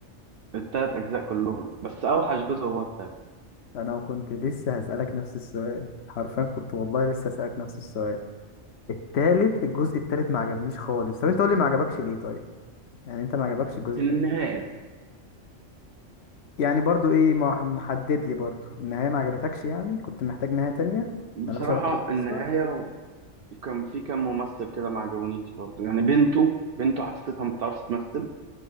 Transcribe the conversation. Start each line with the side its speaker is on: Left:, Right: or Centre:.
Right: الثلاث اجزاء كلهم بس اوحش جزء هو التالت
Left: انا كنت لسه هسألك نفس السؤال حرفيا كنت والله لسه هسألك نفس السؤال التالت الجزء التالت ما عجبنيش خالص طب انت قول لي ما عجبكش ليه طيب يعني انت ما عجبكش الجزء التالت
Right: النهايه
Left: يعني برضو ايه ما ح- محدد لي برضو النهاية ما عجبتكش يعني كنت محتاج نهاية تانية
Right: بصراحه
Left: ملهاش علاقة بالقصة
Right: النهايه وكان في كام ممثل كده ما عجبونيش برضه يعني بنته بنته حسيتها ما بتعرفش تمثل